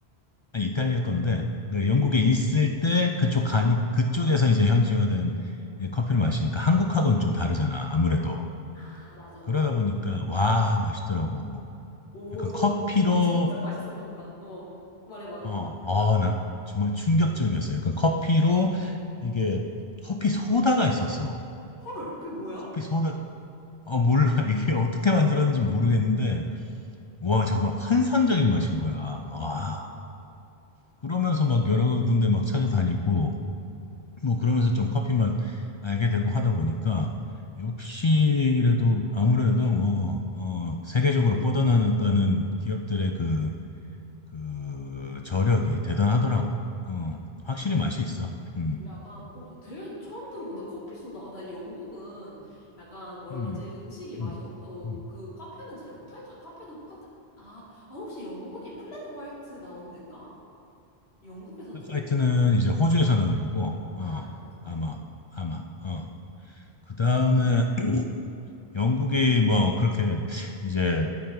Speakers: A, on the left (about 45°); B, on the left (about 75°).
A: 아, 이탈리아 건데 그
B: 응.
A: 영국에
B: 응.
A: 있을 때 그쪽 가니 그쪽에서 이제 현지화된 이 커피를 마시니까 한국하고는 좀 다르잖아 아무래도
B: 아 맞아 맞아
A: 그러다 보니까 와 맛있더라고
B: 오,
A: 약간
B: 너
A: 커피로
B: 진짜 맛있었나 보다. 어, 말해, 말해.
A: 어어난 정말 충격적이었어요 약간 커피로 이게 커피 소다가 있었어
B: 헐, 그게 뭐야?
A: 커피 소다. 어, 몰라. <laughs> 이게 어떻게 만들었는지 모르겠는데, 와, 정말 환상적인 맛인 거야. 와. 그러면서 막 여러 군데 막 찾아다니고, 뭐 그러면서 좀 커피 맛 알게 되고 하다 보니까, 역시 이래도 아무래도 뭐, 어, 세계적으로 뻗어나갔다는 기업들의 그, 그 저력이 대단하더라고. 어, 확실히
B: 어.
A: 맛이 있어.
B: 오,
A: 음,
B: 약간, 오, 되게 처음 들어본다. 커피 소다. 아, 나 영국은 약간 뭐라
A: 음,
B: 그러지? 음식이 맛이
A: 음,
B: 없어서
A: 음.
B: 그 카페는 잘 못할 줄, 카페도 똑같지. 아, 아, 혹시 영국에 플랫 화이트 나온 덴가? 영국에서 들어온
A: 파이트는
B: 건가?
A: 이제 호주에서 나온 거고,
B: 아,
A: 어,
B: 맞아, 맞아.
A: 아마, 아마, 어. 그 다음에 <clears throat> 영국이 뭐 그렇게 이제